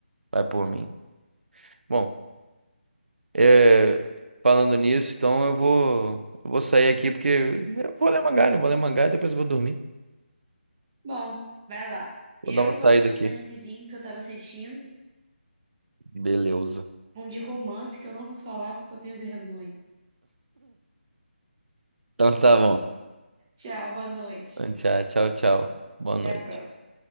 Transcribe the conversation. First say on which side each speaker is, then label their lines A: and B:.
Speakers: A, on the right; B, on the right.
A: Vai por mim. Bom. É, falando nisso, então eu vou, eu vou sair aqui porque eu vou ler mangá, né? Eu Vou ler mangá e depois eu vou dormir.
B: Bom, vai lá.
A: Vou
B: Eu
A: dar uma
B: vou
A: saída
B: assistir
A: aqui.
B: um animezinho que eu tava assistindo,
A: Beleza.
B: um de romance que eu não vou falar porque eu tenho vergonha.
A: Então tá bom.
B: Tchau, boa noite.
A: Tchau, tchau, tchau. Boa
B: Até
A: noite.
B: a próxima.